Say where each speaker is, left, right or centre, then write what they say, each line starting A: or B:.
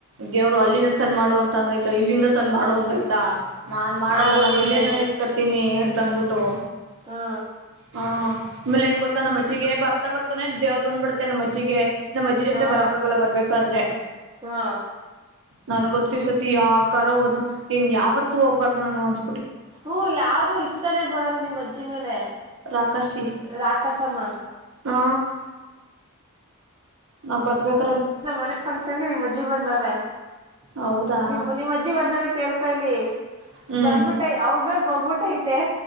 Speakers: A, on the right (about 60°); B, on the right (about 20°).
A: ಗೆವ್ರು ಅಲ್ಲಿನ ತನ್ ಮಾಡುವಂತ ಅಂದ ಇಲ್ಲಿಂದ ತಂದ ಮಾಡ ಒಂದಯ್ತಾ ನಾನ್ ಮಾಡಲ್ಲ
B: ಅದು
A: ನಾನು
B: ನಿಜಾನೇ
A: ಇಲ್ಲೇನು ಇಕತೀನಿ ಭುತನ್ ಬುಟೋ
B: ಹಾ
A: ಹ ಆಮೇಲೆ ಏನ್ ಗೊತ್ತಾ ನಮ್ಮಜ್ಜಿಗೆ ಬರ್ತಾ ಬರ್ತಾನೆ ದೇವ್ರು ಬಂದ್ಬಿಡ್ತ ತ ಮ ಚಗ ನಮ್ಮ್ ಅಜ್ಜಿ ಜೊತೆ
B: ಹಾ
A: ಬರಕ್ಕಾಗಲ್ಲ ಬರ್ಬೇಕಾದ್ರೆ
B: ಹಾ
A: ನನ್ ಗೊತ್ತು ಈ ಸತಿ ಯಾಕ ಕೋದ್ನು ಇಂಗನ್ ಯಾವತ್ತು ಹೋಗ್ಬಾರ್ದು ನನ್ನ ಒಂದ
B: ಹ್ಮ ಯಾವ್ದೂ ಇತ್ತಾನೆ ಬರದು ನಿಮ್ಮ್ ಅಜ್ಜಿ ಮೇಲೆ
A: ರಾಕಾಶಿ
B: ರಾಕಸಮ್ಮ
A: ಹಾ ನಾವ್ ಬರ್ಬೇಕ
B: ನಮ್ಮ್ ಮನೆ ಫಂಕ್ಷನ್ಗೆ ನಿಮ್ಮ್ ಅಜ್ಜಿ ಬಂದವ್ರ
A: ಹೌದಾ
B: ನಿ ನಿಮ್ಮ ಅಜ್ಜಿ ಬಂದ್ರ ಕೇಳ್ಕ ಇಲ್ಲಿ
A: ಹ್ಮ್
B: ಬಂದ್ಬಿಟ್ಟ ಅವ್ರ ಮೇಲ್ ಬಂದ್ಬಿಟ್ಟ ಐತೆ